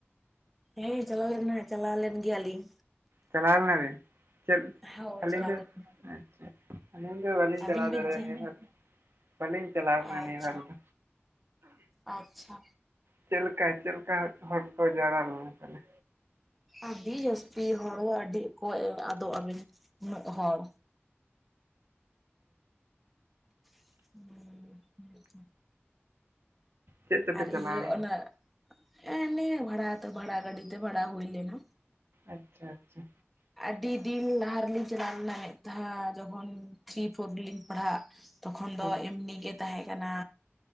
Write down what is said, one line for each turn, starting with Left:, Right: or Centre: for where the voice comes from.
Centre: ᱦᱮᱸ ᱪᱟᱞᱟᱣ ᱞᱮᱱᱟ, ᱪᱟᱞᱟᱣ ᱞᱮᱱ ᱜᱮᱭᱟᱞᱤᱧ᱾
Right: ᱪᱟᱞᱟᱣ ᱞᱮᱱᱟ ᱵᱤᱱ, ᱪᱮᱫ
Centre: ᱦᱳᱭ
Right: ᱟᱹᱞᱤᱧ
Centre: ᱪᱟᱞᱟᱣ
Right: ᱵᱮ?
Centre: ᱞᱮᱱᱟ
Right: ᱟᱪᱪᱷᱟ᱾ ᱟᱹᱞᱤᱧ ᱫᱚ ᱵᱟᱹᱞᱤᱧ
Centre: ᱟᱹᱵᱤᱱ
Right: ᱪᱟᱞᱟᱣ
Centre: ᱵᱤᱱ
Right: ᱫᱟᱲᱮᱭᱟᱜ,
Centre: ᱪᱟ
Right: ᱵᱷᱟᱹᱞᱤᱧ ᱪᱟᱞᱟᱣ
Centre: ᱟᱪᱪᱷᱟ
Right: ᱞᱮᱱᱟ ᱱᱤᱭᱟᱹ ᱫᱷᱟᱹᱣ ᱫᱚ᱾
Centre: ᱟᱪᱪᱷᱟ᱾
Right: ᱪᱮᱫ ᱞᱮᱠᱟ? ᱪᱮᱫ ᱞᱮᱠᱟ ᱦᱚᱲ ᱠᱚ ᱡᱟᱣᱨᱟ ᱞᱮᱱᱟ ᱛᱟᱦᱚᱞᱮ?
Centre: ᱟᱹᱰᱤ ᱡᱟᱹᱥᱛᱤ ᱦᱚᱲ ᱟᱹᱰᱤ ᱠᱚᱭ ᱟᱫᱚᱜ ᱟᱵᱤᱱ ᱩᱱᱟᱹᱜ ᱦᱚᱲ᱾ <inaudible>
Right: ᱪᱮᱫ ᱛᱮᱯᱮ
Centre: ᱟᱨ
Right: ᱪᱟᱞᱟᱣ
Centre: ᱤᱭᱟᱹ
Right: ᱞᱮᱱᱟ
Centre: ᱚᱱᱟ ᱦᱮ ᱤᱢᱚᱱᱤ ᱵᱷᱟᱹᱲᱟ ᱵᱷᱟᱲᱟ ᱜᱟᱹᱰᱤᱛᱮ ᱵᱷᱟᱲᱟ ᱫᱚ ᱦᱩᱭ ᱞᱮᱱᱟ᱾
Right: ᱟᱪᱪᱷᱟ, ᱟᱪᱪᱷᱟ᱾
Centre: ᱟᱹᱰᱤ ᱫᱤᱱ ᱞᱟᱦᱟ ᱨᱮᱞᱤᱧ ᱪᱟᱞᱟᱣ ᱞᱮᱱᱟ᱾ ᱡᱚᱠᱷᱚᱱ ᱛᱷᱨᱤ ᱯᱷᱳᱨ ᱨᱮᱞᱤᱧ ᱯᱟᱲᱦᱟᱜ, ᱛᱚᱠᱷᱚᱱ ᱫᱚ
Right: ᱦᱮᱸ
Centre: ᱩᱱᱤ ᱜᱮ ᱛᱟᱦᱮᱸ ᱠᱟᱱᱟ᱾